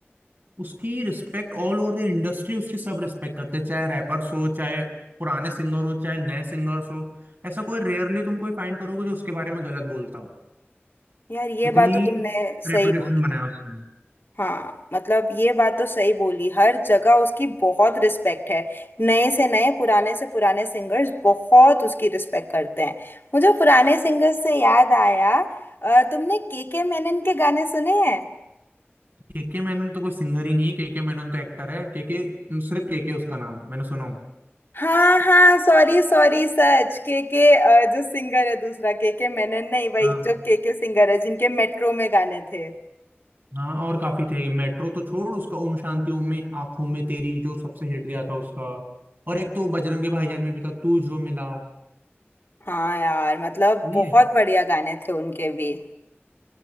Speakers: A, on the right; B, on the left.
A: उसकी respect all over the industry उसकी सब रिस्पेक्ट करते हैं चाहे रैपर्स हो चाहे पुराने सिंगर हो चाहे नए सिंगर्स हो ऐसा कोई रेयरली तुम कोई फाइंड करोगे जो उसके बारे में गलत बोलता हो
B: यार ये
A: इतनी
B: बात तो तुमने सही
A: रेपुटेशन
B: बोली
A: बनाया उसने
B: हाँ मतलब ये बात तो सही बोली हर जगह उसकी बहुत रिस्पेक्ट है नए से नए पुराने से पुराने सिंगर्स बहुत उसकी रिस्पेक्ट करते हैं मुझे पुराने सिंगर्स से याद आया अ, तुमने के के मेनन के गाने सुने हैं
A: केके मैनन तो कोई सिंगर ही नहीं है केके मैनन तो एक्टर है केके सिर्फ केके उसका नाम मैंने सुना हूँ
B: हाँ हाँ सॉरी सॉरी सच के के जो सिंगर है दूसरा के के मेनन नहीं भाई
A: हाँ
B: जो के के सिंगर है जिनके मेट्रो में गाने थे
A: हाँ और काफी थे मेट्रो तो छोड़ उसका ओम शांति ओम में आंखों में तेरी जो सबसे हिट गया था उसका और एक तो बजरंगी भाईजान में भी था तू जो मिला
B: हाँ यार मतलब
A: सुनिए
B: बहुत बढ़िया गाने थे उनके भी